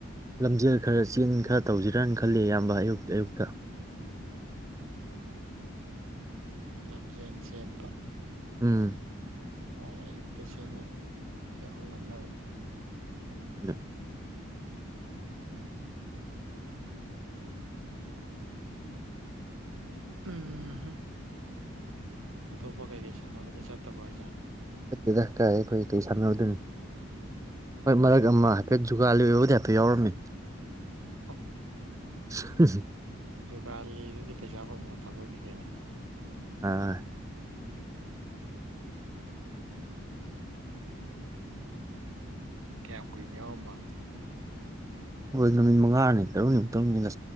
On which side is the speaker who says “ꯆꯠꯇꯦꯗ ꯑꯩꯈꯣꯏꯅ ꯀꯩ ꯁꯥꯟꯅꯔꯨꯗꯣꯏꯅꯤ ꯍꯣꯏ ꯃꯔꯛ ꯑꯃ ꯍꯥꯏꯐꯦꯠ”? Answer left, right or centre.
Right